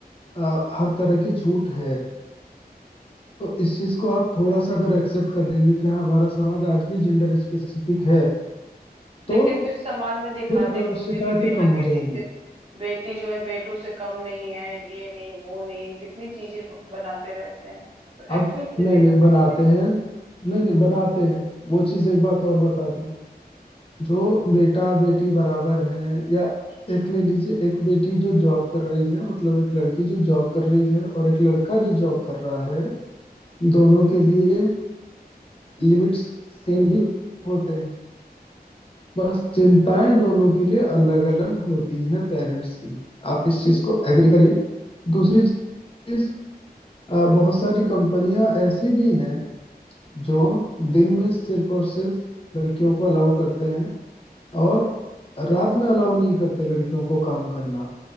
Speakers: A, on the left; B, on the right.
A: अ, हर तरह की छूट है तो इस चीज को आप थोड़ा सा अगर एक्सेप्ट कर लेंगे कि हाँ हमारा समाज आज भी जेंडर स्पेसिफिक है तो
B: लेकिन फिर समाज में दिखाते
A: फिर अ,
B: क्यों
A: शिकायतें
B: है कि बेटा
A: कम
B: बेटी
A: हो जाएंगी
B: से बेटी जो है बेटों से कम नहीं है ये नहीं वो नहीं कितनी चीजें ब- बनाते रहते हैं तो
A: अब
B: एक्चुअल से
A: नहीं
B: दिखाते
A: नहीं बनाते
B: हैं।
A: हैं नहीं नहीं बनाते हैं वो चीज एक बात और बता दूं जो बेटा बेटी बराबर हैं या एक ले लीजिए एक बेटी जो जॉब कर रही है मतलब एक लड़की जो जॉब कर रही है और एक लड़का जो जॉब कर रहा है दोनों के लिए लिमिट्स सेम ही होते हैं बस चिंताएं दोनों के लिए अलग अलग होती हैं पेरेंट्स की आप इस चीज को एग्री करिए दूसरी चीज अ, बहुत सारी कंपनियां ऐसी भी हैं जो दिन में सिर्फ और सिर्फ लड़कियों को अलाउ करते हैं और रात में अलाउ नहीं करते लड़कियों को काम करना